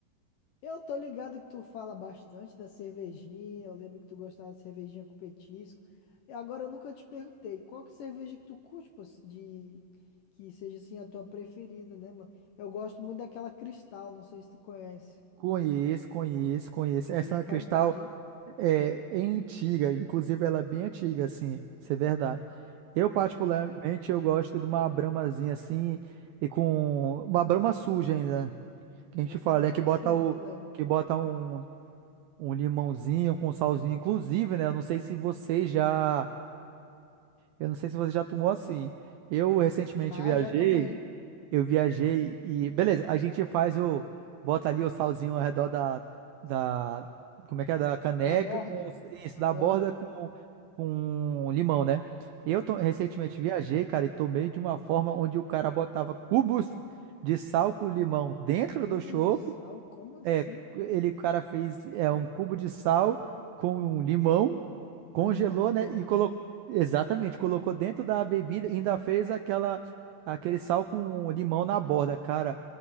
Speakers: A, on the left; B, on the right.
A: Eu tô ligado que tu fala bastante da cervejinha. Eu lembro que tu gostava de cervejinha com petisco. E agora eu nunca te perguntei, qual que é a cerveja que tu curte, pô, de que seja assim a tua preferida, né, mano? Eu gosto muito daquela Cristal, não sei se tu conhece.
B: Conheço, conheço, conheço.
A: Ali
B: Essa
A: é qualidade,
B: Cristal
A: hein?
B: é, é antiga, inclusive ela é bem antiga, assim, isso é verdade. Eu, particularmente,
A: Sim.
B: eu gosto de uma bramazinha assim, e com uma brama suja ainda. que a
A: Opa,
B: gente fala é que
A: aí
B: bota
A: sim,
B: o
A: filé.
B: que bota um, um limãozinho com salzinho, inclusive, né? Eu não sei se você já, eu não sei se você já tomou assim. Eu recentemente
A: Já,
B: viajei,
A: já tomei.
B: eu viajei e beleza, a gente faz o bota ali o salzinho ao redor da da como é que é da caneca
A: Da borda.
B: com isso,
A: Da
B: da
A: borda.
B: borda com com limão, né? Eu to- recentemente
A: Tem
B: viajei, cara, e tomei de uma forma onde o cara botava cubos de sal com limão dentro
A: cubos
B: do chopp
A: de sal, como assim?
B: é, ele, o cara fez é, um cubo de sal com um limão, congelou,
A: Muito diferente.
B: né? E colocou. Exatamente, colocou dentro da bebida e ainda fez aquela, aquele sal com limão na borda, cara.